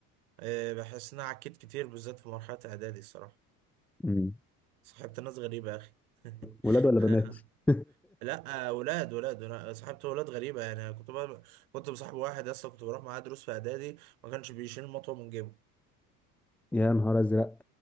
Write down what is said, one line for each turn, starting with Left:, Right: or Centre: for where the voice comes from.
Right: أه بحس ان انا عكيت كتير بالذات في مرحلة اعدادي الصراحة
Centre: مم.
Right: صاحبت ناس غريبة يا اخي
Centre: ولاد ولا
Right: <laughs>
Centre: بنات <laughs>
Right: لا آه، ولاد ولاد انا صاحبت ولاد غريبة يعني أنا كنت بقى كنت بصاحب واحد اصلا كنت بروح معاه دروس في اعدادي ما كانش بيشيل مطوة من جيبه
Centre: يا نهار ازرق